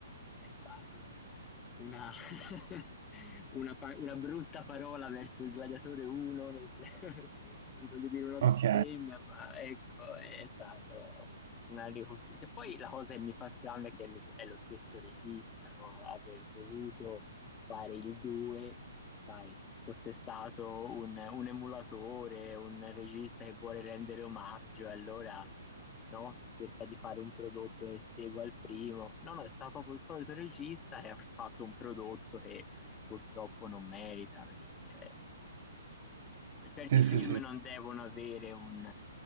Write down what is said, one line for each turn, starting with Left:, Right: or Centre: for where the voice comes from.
Left: è stato una, <laughs> una, pa- una brutta parola verso il Gladiatore 1, nel sen- <laughs> non voglio dire una
Right: Ok,
Left: bestemmia, ma ecco, è stato una ricostruzione. E poi la cosa che mi fa strano è che è lo, è lo stesso regista, no? Aver voluto fare il 2 sai, fosse stato un, un emulatore, un regista che vuole rendere omaggio, e allora no? Cerca di fare un prodotto che segua il primo. No, no, è stato proprio il solito regista che ha fatto un prodotto che purtroppo non merita perché eh, certi
Right: sì,
Left: film
Right: sì, sì,
Left: non devono avere un,